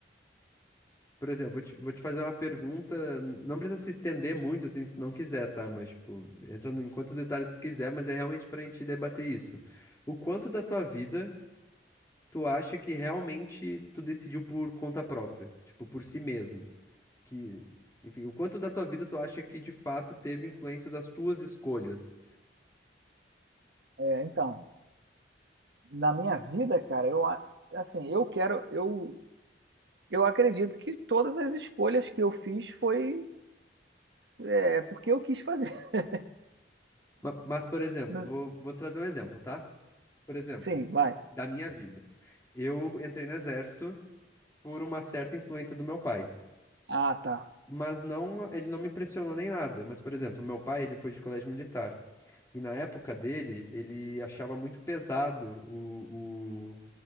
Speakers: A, on the left; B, on the right.
A: Por exemplo, vou te, vou te fazer uma pergunta, n- não precisa se estender muito, assim, se não quiser, tá? Mas, tipo, entrando em quantos detalhes tu quiser, mas é realmente pra gente debater isso. O quanto da tua vida tu acha que realmente tu decidiu por conta própria? Tipo, por si mesmo? que, enfim, o quanto da tua vida tu acha que de fato teve influência das tuas escolhas?
B: É, então, na minha vida, cara, eu a- assim, eu quero, eu eu acredito que todas as escolhas que eu fiz foi É porque eu quis fazer. <laughs>
A: Ma- Mas, por exemplo,
B: Não-
A: vou, vou trazer um exemplo, tá? Por exemplo,
B: Sim, vai.
A: da minha vida. Eu entrei no exército por uma certa influência do meu pai.
B: Ah, tá.
A: mas não, ele não me pressionou nem nada. Mas, por exemplo, meu pai, ele foi de colégio militar. E na época dele, ele achava muito pesado o,